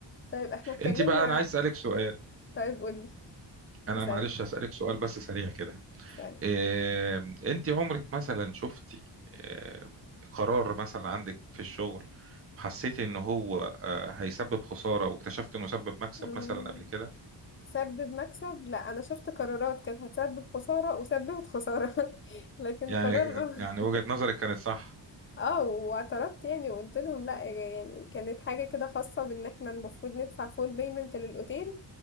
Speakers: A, on the left (about 30°); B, on the right (about 30°).
A: طيب احنا اتكلمنا
B: انت بقى انا عايز اسألك سؤال
A: طيب قولي
B: انا
A: اسألني
B: معلش هسألك سؤال بس سريع كده
A: اسألني
B: إيه انت عمرك مثلا شفتي إيه قرار مثلا عندك في الشغل حسيتي ان هو آه، هيسبب خسارة واكتشفت انه سبب مكسب
A: مم،
B: مثلا قبل كده
A: تسبب مكسب لا انا شفت قرارات كانت هتسبب خسارة وسببت خسارة <laughs> لكن
B: يعني
A: قرار غلط
B: يعني وجهة نظرك كانت صح
A: اه واعترضت يعني وقلت لهم لا يعني كانت حاجة كده خاصة بان احنا المفروض ندفع فول بيمنت للاوتيل